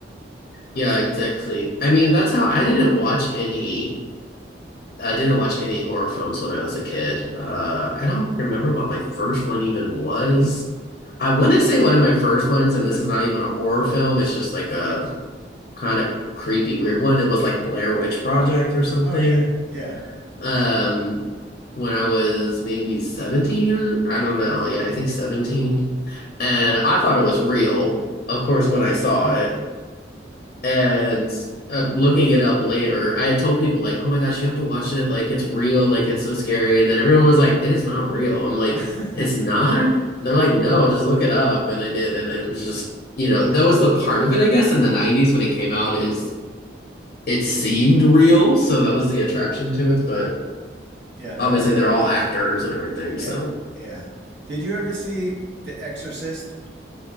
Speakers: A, on the left; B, on the right.
A: Yeah, exactly. I mean, that's how I didn't watch any. I didn't watch any horror films when I was a kid. Uh, I don't remember what my first one even was. I want to say one of my first ones, and this is not even a horror film. It's just like a kind of creepy, weird one. It was like Blair Witch Project or something.
B: Oh yeah, yeah.
A: Um, when I was maybe 17 or I don't know. Yeah, I think 17. And I thought it was real, of course, when I saw
B: Hmm.
A: it and uh, looking it up later, I had told people like, "Oh my gosh, you have to watch it! Like it's real! Like it's so scary!" And then everyone was like, "It is not real." I'm like,
B: <laughs>
A: "It's not?" And they're like, "No, just look it up." And I did, and it was just, you know, that was the part of it, I guess, in the '90s when it came out is it seemed real, so that was the attraction to it. But
B: Yeah, they
A: obviously,
B: were running
A: they're all
B: around.
A: actors and everything,
B: Yeah,
A: so
B: yeah. Did you ever see The Exorcist?